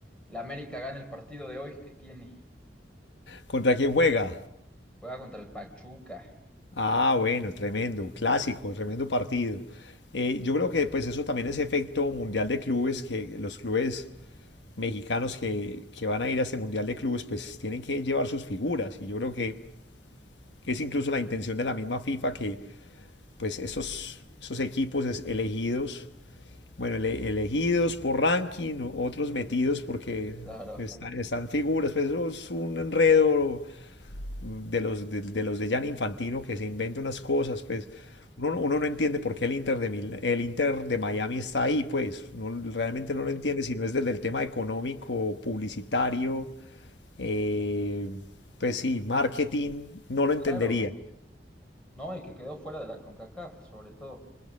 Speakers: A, in the centre; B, on the left.
A: la América gane el partido de hoy que tiene.
B: ¿Contra quién juega?
A: Juega contra el Pachuca,
B: Ah, bueno, tremendo, clásico, tremendo partido. Eh, yo creo que pues eso también es efecto mundial de clubes, que los clubes mexicanos que, que van a ir a este mundial de clubes pues tienen que llevar sus figuras y yo creo que es incluso la intención de la misma FIFA que pues esos, esos equipos elegidos Bueno, ele- elegidos por ranking, o- otros metidos porque
A: claro,
B: están,
A: <laughs>
B: están figuras, pues eso es un enredo de los de, de los de Gianni Infantino que se inventa unas cosas, pues uno, no uno no entiende por qué el Inter de Mil- el Inter de Miami está ahí, pues no, realmente no lo entiende si no es desde el tema económico, publicitario, eh, pues sí, marketing, no lo entendería.
A: claro, ¿no? Y que quedó fuera de la CONCACAF, sobre todo,